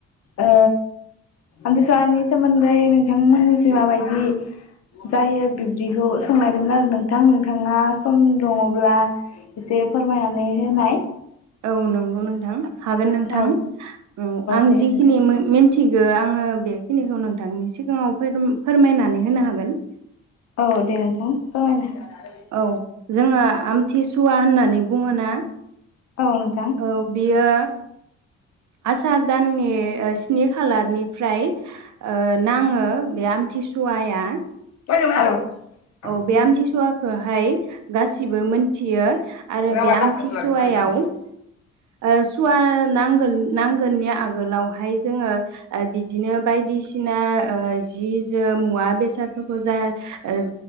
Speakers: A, on the left; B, on the right.
A: ओ आमथिसुवानि सोमोन्दै नोंथांमोननिसिम मा बायदि जायो बिब्दिखौ सोंनायदोंमोन आरो नोंथां नोंथाङा सम दङब्ला एसे फोरमायनानै होनाय
B: औ नंगौ नोंथां हागोन नोंथां
A: औ
B: औ आं
A: दे
B: जिखिनि
A: नोंथां
B: मिथिगौ आङो बे खिनिखौ नोंथांनि सिगाङाव फोर फोरमायनानै होनो हागोन
A: औ दे नोंथां फोरमायना हो
B: औ जोङो आमथिसुवा होननानै बुङो ना
A: औ नोंथां
B: औ बियो आसार दाननि स्नि खालारनि ओमफ्राय ओ नाङो बे आमथिसुवाया
A: औ नोंथां औ
B: औ बे
A: नोंथां
B: आमथिसुवाखौहाय गासिबो मोनथियो आरो
A: औ
B: बे आमथिसुवायाव
A: नोंथां
B: ओ सुवा नांगोल नांगोननि आगोलावहाय जोङो ओ बिदिनो बायदिसि बायदिसिना जि जोम मुवा बेसादफोरखौ जा ओ